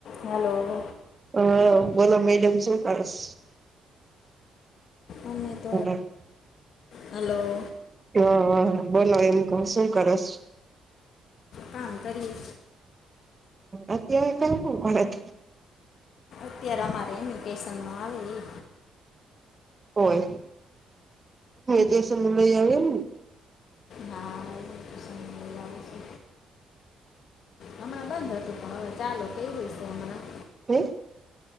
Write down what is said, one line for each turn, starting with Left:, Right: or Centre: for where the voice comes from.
Left: Hello
Right: હ બોલો madam શું કરસ
Left: અને
Right: હમ.
Left: હલો
Right: હ હ બોલો એમ કો શું કરોશ
Left: કામ કરીએ
Right: અત્યારે <unintelligible>
Left: અત્યારે અમારે વેકેશનમાં આવે એ
Right: હોય <unintelligible> લઈ આવે ને
Left: હા ઇમિટેશન લઈ આવે છે હમણાં બંધ હતું હવે ચાલો કેવું છે. હમણાં
Right: હમ.